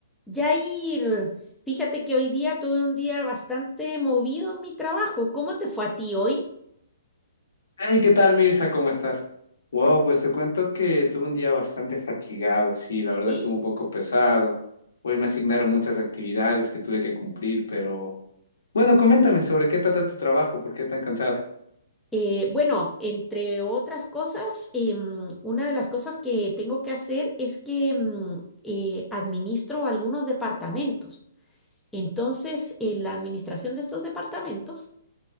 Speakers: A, in the centre; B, on the left.
A: Yair, fíjate que hoy día tuve un día bastante movido en mi trabajo. ¿Cómo te fue a ti hoy?
B: Hey, ¿qué tal, Mirza? ¿Cómo estás? Wow, pues te cuento que tuve un día bastante fatigado, sí, la verdad
A: Sí,
B: estuvo un poco pesado. Hoy me asignaron muchas actividades que tuve que cumplir, pero bueno,
A: Ok.
B: coméntame sobre qué trata tu trabajo, por qué tan cansada. <laughs>
A: Eh, bueno, entre otras cosas, em, una de las cosas que tengo que hacer es que em, eh, administro algunos departamentos. Entonces, en la administración de estos departamentos,